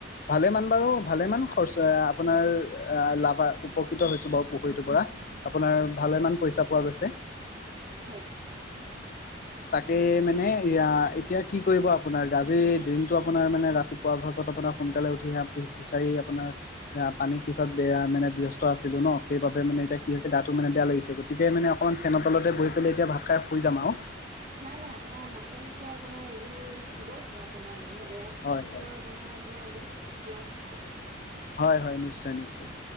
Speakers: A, on the left; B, on the right.
A: ভালে মান বাৰু ভালে মান খৰচ আহ' আপোনাৰ লাভা উপকৃত হৈছো বাৰু পুখুৰীটোৰ পৰা আপোনাৰ ভালেমান পইচা পোৱা গৈছে।
B: হয়
A: তাকে মানে এয়া এতিয়া কি কৰিব আপোনাৰ আজিৰ দিনটো আপোনাৰ মানে ৰাতিপুৱা ভাগত আপোনাৰ সোনকালে উঠি আহ ফিচাৰি আপোনাৰ এ পানী সিচাত বেয়া মানে ব্যস্ত আছিলো ন সেইবাবে মানে এতিয়া কি হৈছে গাহটো মানে বেয়া লাগিছে। গতিকে মানে অকণমান ফেনৰ তলতে বহি পেলাই এতিয়া ভাত খাই শুই যাম আও।
B: নাই নাই আপোনাৰ মাছৰ চাছৰ আপোনাৰ এইবোৰ দিব লাগে আপোনাৰ এ
A: হয়
B: মাছৰ
A: হয়।
B: পৰা আপোনা নাৰ মানে বহুত লাভ আছে
A: হয় হয় নিশ্চয় নিশ্চয়।